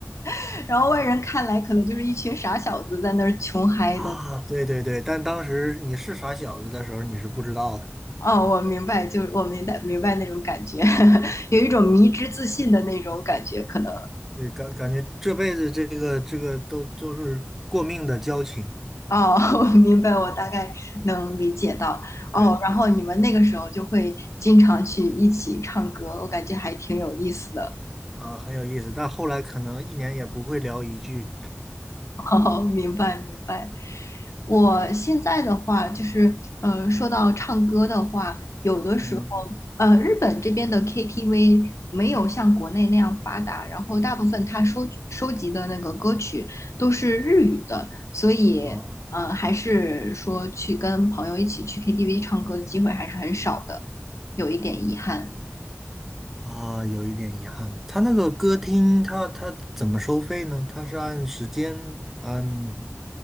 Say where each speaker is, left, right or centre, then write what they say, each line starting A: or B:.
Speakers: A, on the left; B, in the centre.
A: <laughs> 然后外人看来可能就是一群傻小子在那儿穷嗨的。
B: 啊，对对对，但当时你是傻小子的时候，你是不知道的，
A: 哦，我明白，就我明白明白那种感觉，<laughs> 有一种迷之自信的那种感觉，可能。
B: 对，感感觉这辈子这个这个都都是过命的交情，
A: 哦，<laughs> 我明白，我大概能理解到。哦，
B: 对。
A: 然后你们那个时候就会经常去一起唱歌，我感觉还挺有意思的。
B: 啊，很有意思，但后来可能一年也不会聊一句，
A: 哦，明白明白。我现在的话，就是呃，说到唱歌的话，有的时候，
B: 嗯，
A: 呃，日本这边的 KTV 没有像国内那样发达，然后大部分他收收集的那个歌曲都是日语的，所以呃，
B: 哦，
A: 还是说去跟朋友一起去 KTV 唱歌的机会还是很少的，有一点遗憾。
B: 啊，有一点遗憾。他那个歌厅，他他怎么收费呢？他是按时间，按，